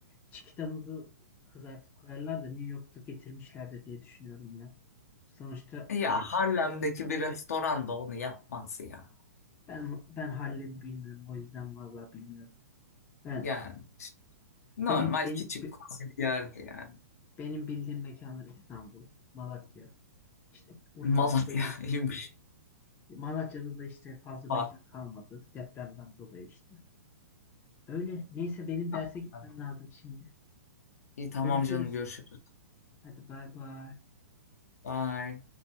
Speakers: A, on the left; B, on the left.
A: çikitamızı kızartıp koyarlar da New York'ta getirmişlerdir diye düşünüyorum ya. Sonuçta
B: E Ya Harlem'deki bir restoran da onu yapmaz ya.
A: ben ben Harlem'i bilmiyorum o yüzden vallahi bilmiyorum. Ben
B: Yani işte normal
A: benim benim
B: küçük
A: be-
B: koca bir yer yani.
A: benim bildiğim mekanlar İstanbul, Malatya, işte Urfa,
B: Malatya'ymış.
A: Denizli. Malatya'da da işte fazla mekan
B: Aa,
A: kalmadı depremden dolayı işte. Öyle. Neyse benim derse
B: <laughs>
A: gitmem lazım şimdi.
B: İyi tamam
A: Görüşürüz.
B: canım görüşürüz.
A: Hadi bay bay.
B: Bye.